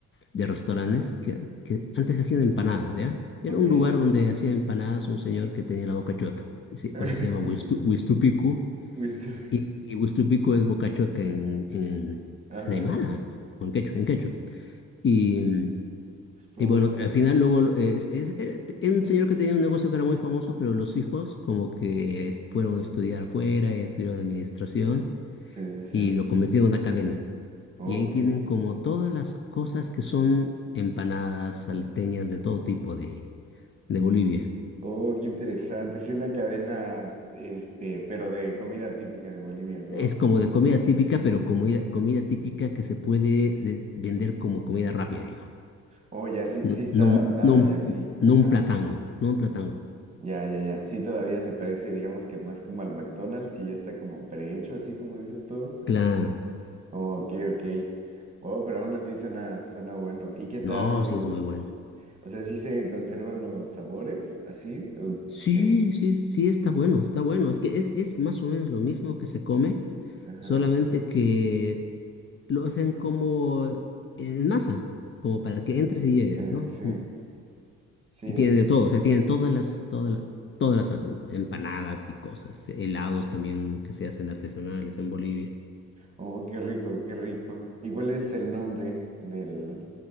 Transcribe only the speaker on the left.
de restaurantes que, que antes hacían empanadas, ¿ya? Era
un lugar donde hacía empanadas un señor que tenía la boca chueca. Y sí, por
eso se llama Huistu- Huistupicu.
Y, y Huistupicu es boca chueca en, en,
en Aymara, o en quechua, en quechua. Y, mm,
y bueno, al final luego lo- eh, es, es- era era un señor que tenía un negocio que era muy famoso, pero los hijos como que es- fueron a estudiar fuera y estudiaron administración
y lo convirtieron en una cadena.
Y ahí
tienen
como todas las cosas que son empanadas, salteñas de todo tipo de, de Bolivia.
Es como de comida típica, pero comida, comida típica que se puede de- vender como comida rápida, digamos.
No,
no,
un- no, un-
no un platango, no un platango.
Claro.
No, sí es muy bueno.
Sí,
sí, sí está bueno, está bueno. Es que es, es más o menos lo mismo que se come,
solamente que lo hacen como en masa, como para que entres y lleves,
¿no?
Y
tienen
de todo, o sea, tienen todas las, todas las, todas las em- empanadas y cosas, helados también que se hacen artesanales en Bolivia.